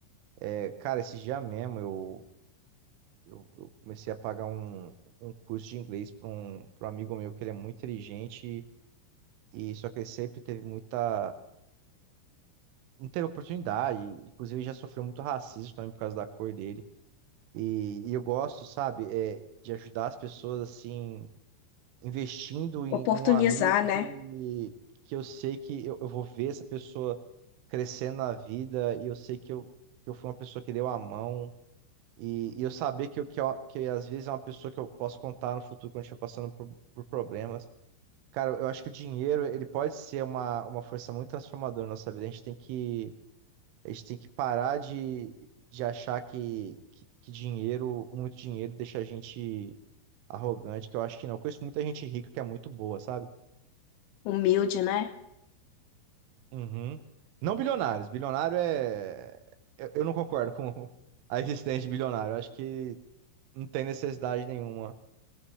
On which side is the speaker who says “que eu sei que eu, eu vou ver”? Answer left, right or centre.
Right